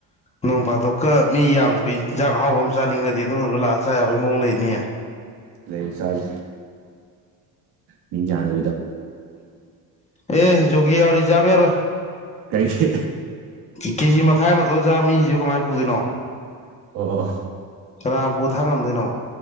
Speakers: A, on the left; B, on the right.
A: ꯅꯣꯡ ꯐꯥꯊꯣꯛꯀ ꯃꯤ ꯌꯥꯝꯗꯕ ꯏꯟꯖꯥꯡ ꯑꯍꯥꯎꯕ ꯑꯃ ꯆꯥꯅꯤꯡꯉꯗꯤ ꯑꯗꯨꯝꯗꯨꯁꯨ ꯂꯥꯛꯑ ꯆꯥ ꯌꯥꯕꯒꯤ ꯃꯑꯣꯡ ꯂꯩꯅꯤꯌꯦ
B: ꯂꯩ ꯆꯔꯦ ꯃꯤ ꯌꯥꯗ
A: ꯑꯦ ꯒꯤ ꯑꯔꯤꯖꯥꯦꯔꯣ
B: ꯀꯩꯒꯤ
A: ꯀꯦꯖꯤ ꯃꯈꯥꯏ ꯃꯇꯊ ꯆꯥ ꯃꯤꯁꯤꯁꯨ ꯀꯃꯥꯏꯅ ꯄꯨꯗꯣꯏꯅꯣ
B: ꯑꯣ ꯑꯣ
A: ꯀꯥꯡ ꯄꯣꯊꯥ ꯉꯝꯗꯣꯏꯅꯣ